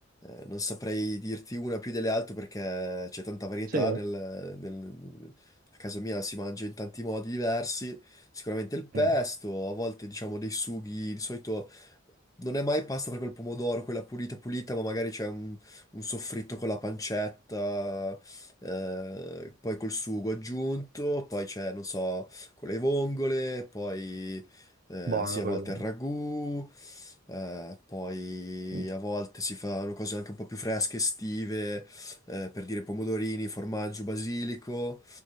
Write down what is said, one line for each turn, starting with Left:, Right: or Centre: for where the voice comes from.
Left: eh, non saprei dirti una più delle altre perché c'è tanta varietà
Right: Sì,
Left: nel, nel- a casa mia si mangia in tanti modi diversi, sicuramente il pesto,
Right: mm,
Left: a volte diciamo dei sughi, di solito non è mai pasta proprio al pomodoro, quella pulita pulita, ma magari c'è un, un soffritto con la pancetta, eh, poi col sugo aggiunto, poi c'è, non so, con le vongole, poi eh,
Right: buono
Left: sì, a
Right: quello.
Left: volte il ragù. Eh, poi
Right: Mm.
Left: a volte si fanno cose anche un po' più fresche, estive, eh, per dire pomodorini, formaggio, basilico,